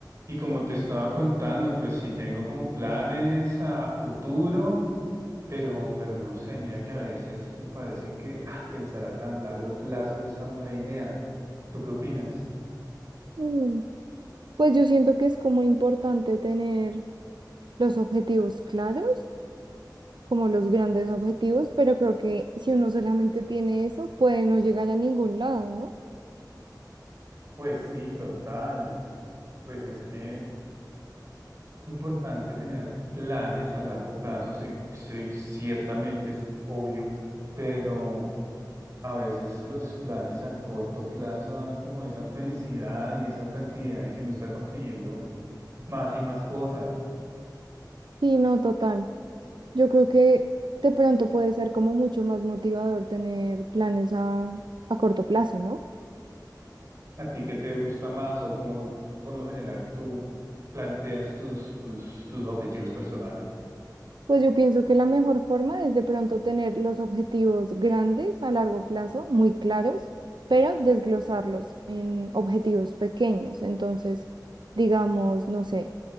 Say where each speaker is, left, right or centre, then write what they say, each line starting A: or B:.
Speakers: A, on the right; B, on the right.
A: Y como te estaba contando, pues sí tengo como planes a, a futuro, pero, pero no sé, mira que a veces me parece que ah, pensar a tan largo plazo no es tan buena idea. ¿Tú qué opinas?
B: Mm, Pues yo siento que es como importante tener los objetivos claros, como los grandes objetivos, pero creo que si uno solamente tiene eso, puede no llegar a ningún lado, ¿no?
A: Pues sí, total. Pues es que es importante tener planes a largo plazo, se- se- ciertamente es obvio, pero a veces los planes a corto plazo dan como esa felicidad y esa tranquilidad de que uno está consiguiendo más y más cosas.
B: Sí, no, total. Yo creo que de pronto puede ser como mucho más motivador tener planes a, a corto plazo, ¿no?
A: ¿A ti qué te gusta más o cómo por lo general tú planteas tus, tus, tus objetivos personales?
B: Pues yo pienso que la mejor forma es de pronto tener los objetivos grandes a largo plazo, muy claros, pero desglosarlos en objetivos pequeños. Entonces, digamos, no sé